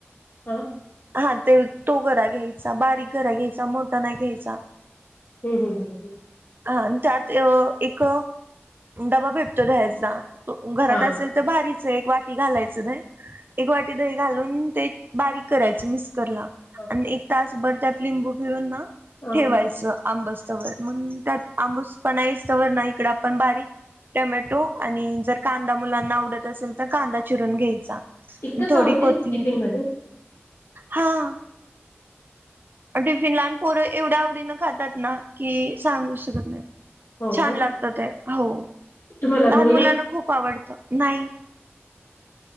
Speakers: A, on the left; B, on the right.
A: हा
B: हा ते तो घरा घ्यायचा. बारीक घरा घ्यायचा मोठा नाही घ्यायचा.
A: ह्ं ह्ं ह् ह्
B: हा त्यात एक डबा भेटतो दह्याचा, त घरात
A: हां
B: असेल तर भारीच एक वाटी घालायचं. दही एक वाटी दही घालून ते, बारीक करायच मिस्करला
A: हां
B: आणि एक तासभर त्यात लिंबू पिळून ना,
A: हां
B: ठेवायचं
A: हां
B: आंबसतवर मग त्यात आंबूस पण आहेसतवर ना इकड आपण बारीक टोमॅटो, आणि जर कांदा मुलांना आवडत असेल तर कांदा चिरून घ्यायचा.
A: टिकतं
B: थोडी
A: का हो ते
B: कोथिंबीर,
A: टिफिनमध्ये
B: हा! टिफिन लहान पोरं एवढ्या आवडीनं खातात ना, की सांगू शकत नाही
A: हो
B: छान
A: का
B: लाग- तर, ते हो.
A: तुम्हाला,
B: लहान
A: मुलगा-
B: मुलांना खूप आवडतं नाही